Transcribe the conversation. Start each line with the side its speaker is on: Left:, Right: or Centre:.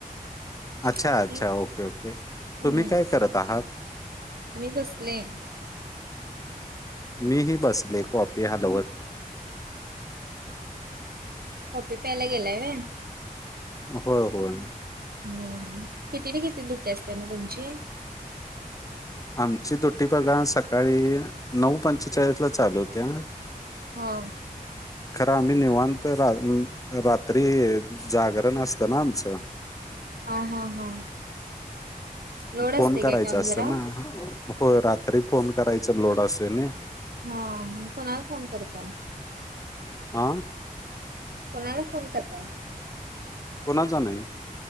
Left: अच्छा
Right: आपली
Left: अच्छा ओके ओके
Right: हम्म
Left: तुम्ही काय करत आहात
Right: आम्ही बसले
Left: मीही बसले कॉपी हालवत
Right: काॅपी प्यायला गेलाय व्हय
Left: होय होय
Right: हम किती ते किती दुट्टी असत्या म तुमची
Left: आमची दुट्टी बघा सकाळी नऊ पंचेचाळीस ला चालू हुत्या
Right: हा
Left: खरं आम्ही निवांत <inaudible> रात्री जागरण असतं ना आमचं
Right: हा हा हा लोड असते
Left: फोन
Right: काय
Left: करायच
Right: काम
Left: असतं
Right: जरा
Left: ना होय रात्री फोन करायचा लोड असतोय नय
Right: हा मग कुणाला फोन करताय
Left: आ
Right: कुणाला फोन करताय
Left: कुणाचा नाही